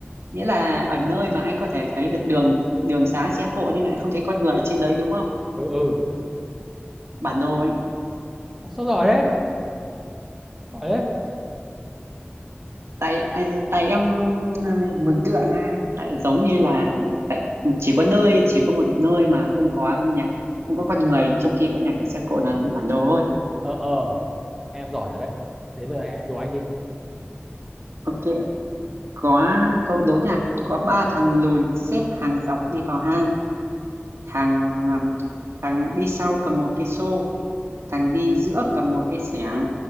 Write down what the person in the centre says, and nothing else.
ừ ừ
sao giỏi đấy giỏi đấy
ờ ờ em giỏi thật đấy đến giờ anh em đùa anh đi